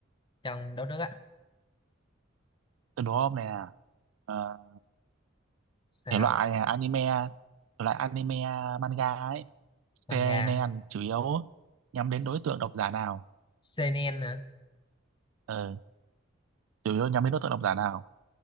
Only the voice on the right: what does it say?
Tôi đố ông nè, ờ,
thể loại à, anime, thể loại anime à, manga ấy, seinen
chủ yếu nhắm đến
đối tượng độc giả nào?
Ừ, chủ yếu nhắm đến đối tượng độc giả nào?